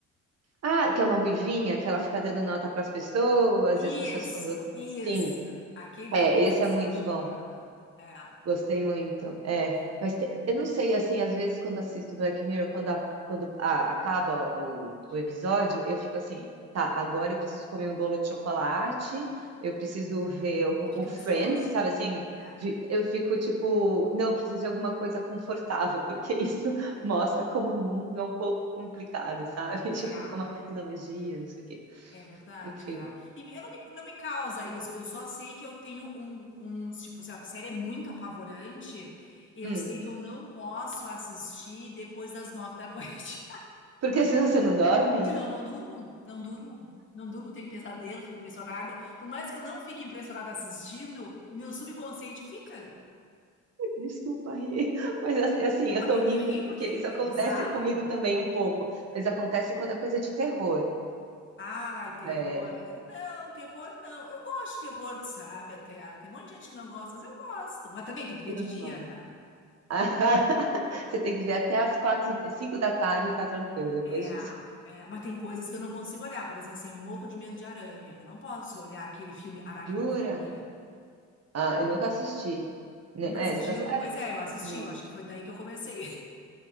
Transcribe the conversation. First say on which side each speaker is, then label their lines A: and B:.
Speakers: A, on the right; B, on the left.
A: Ah, que é uma ruivinha, que ela fica dando nota para as pessoas
B: Isso,
A: e as pessoas ficam. do-
B: isso.
A: Sim,
B: Aquele da
A: é,
B: rede
A: esse
B: social,
A: é muito
B: acho
A: bom.
B: bacana. É,
A: Gostei muito. É,
B: gostei
A: mas
B: muito.
A: te- eu não sei, assim, às vezes quando assisto Black Mirror, quando, a- quando a- acaba o, o episódio, eu fico assim, tá, agora eu preciso comer um bolo de chocolate, eu preciso ver o,
B: Fica
A: o Friends,
B: ansiosa.
A: sabe assim?
B: É,
A: vi- Eu fico tipo, não, eu preciso de alguma coisa confortável, porque isso <laughs> mostra como o mundo é um pouco complicado, sabe?
B: é,
A: <laughs> Tipo, como a tecnologia, não sei o quê.
B: é verdade,
A: Enfim.
B: é. E me- eu não me, não me causa isso, eu só sei que eu tenho um, um, tipo, se a série é muito apavorante, eu
A: Hum.
B: sei que eu não posso assistir depois das nove da noite.
A: Porque senão você não dorme?
B: <laughs> Senão eu não durmo, não durmo. Não durmo, tenho pesadelo, fico impressionada. Por mais que eu não fique impressionada assistindo, o meu subconsciente fica.
A: Desculpa rir, <laughs> mas é assim,
B: Não,
A: eu
B: mas
A: tô
B: tem
A: rindo
B: que rir,
A: porque
B: porque é
A: isso acontece
B: é bizarro.
A: comigo também um pouco, mas acontece quando é coisa de terror.
B: Ai, terror.
A: É,
B: Não, terror não. Eu gosto de terror, tu sabe, até. Tem um monte de gente que não gosta, mas eu gosto. Mas também tem que ver
A: eu
B: de
A: não
B: dia,
A: gosto.
B: né?
A: <laughs> Você tem que ver até as quatro, e- cinco da tarde, tá tranquilo depois
B: É,
A: disso.
B: é, mas tem coisas que eu não consigo olhar. Por exemplo, assim, eu morro de medo de aranha. Eu não posso olhar aquele filme Aracnofobia.
A: <laughs> Jura? Ah, eu nunca assisti. Né,
B: Nunca
A: É,
B: assistiu?
A: nunca assisti.
B: Pois
A: Ah,
B: é, eu assisti.
A: não.
B: Eu acho que foi daí que eu comecei.